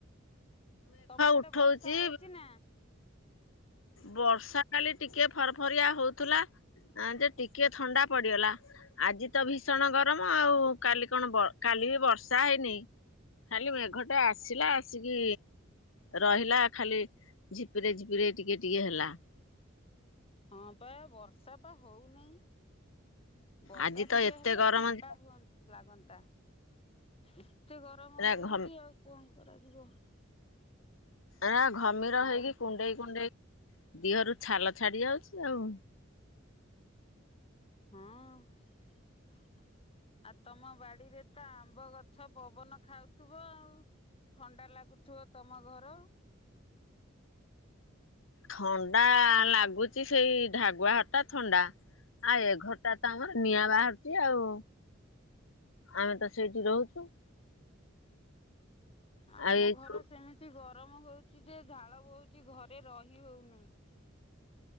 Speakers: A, on the left; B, on the left.
A: ତମ ଆଡେ
B: ଉଠଉଚି
A: ବର୍ଷା ହଉଚି ନା
B: ବର୍ଷା କାଲି ଟିକେ ଫରଫରିଆ ହଉଥିଲା। ଆ ଯେ ଟିକେ ଥଣ୍ଡା ପଡିଗଲା। ଆଜି ତ ଭୀଷଣ ଗରମ, ଆଉ କାଲି କଣ କାଲି ବି ବର୍ଷା ହେଇନି ଖାଲି ମେଘଟେ ଆସିଲା ଆସିକି ରହିଲା ଖାଲି ଝିପି ରେ ଝିପ୍ ଫିରେ ଟିକିେ ଟିକେ ହେଲା।
A: ହଁ ପା ବର୍ଷା ପା ହଉନଇ। ବର୍ଷା
B: ଆଜି ତ
A: ଟିକେ
B: ଏତେ
A: ହେଲେ
B: ଗରମ
A: ଥଣ୍ଡା
B: ଯେ
A: ହୁଅନ୍ତା। ଲାଗନ୍ତା, ଏତେ ଗରମ
B: ପୁରା
A: ହଉଚି
B: ଘ
A: ଆଉ କଣ କରାଯିବ।
B: ନା ଘମିର
A: ଆଉ
B: ହେଇକି କୁଣ୍ଡେଇ କୁଣ୍ଡେଇ ଦେହରୁ ଛାଲ ଛାଡି ଯାଉଛି ଆଉ।
A: ହଁ। ଆଉ ତମ ବାଡିରେ ତ ଆମ୍ବ ଗଛ ପବନ ଖାଉଥିବ ଆଉ। ଥଣ୍ଡା ଲାଗୁଥିବ ତମ ଘର।
B: ଥଣ୍ଡା ଲାଗୁଛି ସେଇ ଢାଗୁଆ ଘରଟା ଥଣ୍ଡା। ଆଉ ଏ ଘରଟା ତ ଆମର ନିଆଁ ବାହାରୁଛି ଆଉ ଆମେ ତ ସେଇଠି ରହୁଛୁ।
A: ଆମ
B: ଆଉ ଏଇ
A: ଘର
B: ଯୋଉ
A: ସେମିତି ଗରମ ହଉଛି ଯେ, ଝାଳ ବୋହୁଛି ଘରେ ରହି ହଉନାହିଁ।